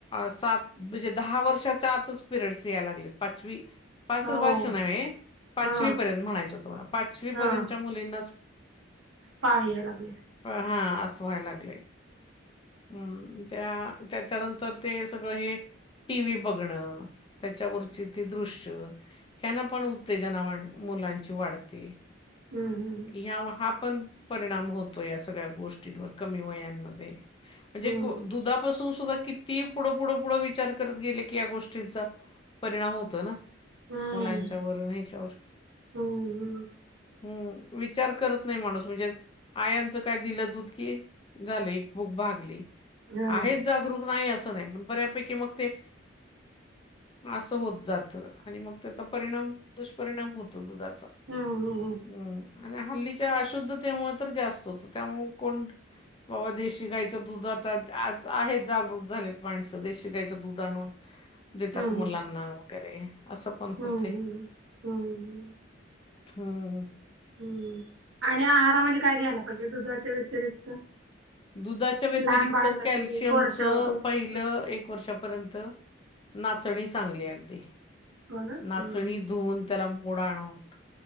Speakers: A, on the left; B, on the right.
A: सात म्हणजे दहा वर्षाच्या आतच पिरियडस यायला लागले पाचवी पाच
B: हो
A: वर्ष नाही पाचवी
B: हा
A: पर्यंत म्हणायचं होत मला पाचवी
B: हा.
A: पर्यंतच्या मुलींना
B: पाळी यायला लागले.
A: हा असं व्हायला लागलेय हम्म. त्या त्याच्यानंतर ते सगळं हे टीव्ही बघणं त्याच्यावरची ते दृश्य ह्यानं पण उत्तेजना वाढ मुलांची वाढते.
B: हम्म हम्म हम्म.
A: ह्यामुळे हा पण परिणाम होतो या सगळ्या गोष्टींवर कमी वयांमध्ये म्हणजे
B: हम्म
A: दुधापासून सुद्धा किती पुढं पुढ पुढं वि विचार करत गेले की या गोष्टीचा परिणाम होतो ना.
B: हम्म
A: मुलांच्या वरून ह्याच्यावर
B: हम्म
A: हम्म विचार करत नाही माणूस म्हणजे आयांचं काय दिलं दूध की झालं एक भूक भागली.
B: हम्म.
A: आहेच जागरूक नाही असं नाही पण बऱ्यापैकी मग ते असं होत जात आणि मग त्याचा परिणाम दुष्परिणाम होतो दुधाचा.
B: हा हा हा
A: हम्म आणि हल्लीच्या अशुद्ध ते मूळ तर जास्त होतो त्यामुळ को बाबा देशी गायचं दूध आता आज आहे जागरूक झालेत माणसं देशी गायचं द दूध आणून देतात
B: हम्म
A: मुलांना वगैरे. असं पण
B: हम्म
A: होते
B: हम्म हम्म
A: हम्म
B: हम्म आणि आहारामध्ये काय घ्यायला पाहिजे दुधाच्या व्यतिरिक्त.
A: दुधाच्या व्यतिरिक्त
B: लहान बाळांसाठी
A: कॅल्शियमच
B: एक वर्ष दोन वर्षासाठी
A: पहिलं एक वर्षापर्यंत नाचणी चांगली अगदी.
B: हो ना
A: नाचणी
B: हम्म हम्म.
A: धुऊून त्याला मोड आणून